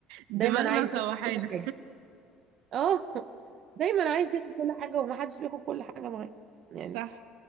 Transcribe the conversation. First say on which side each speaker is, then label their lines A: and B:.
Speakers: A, on the right (about 80°); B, on the right (about 40°).
A: دماغنا
B: دايما عايز
A: مسوحانا
B: ياخد كل حاجه اه دايما عايز ياخد كل حاجه ومحدش بياخد كل حاجه معاه يعني
A: صح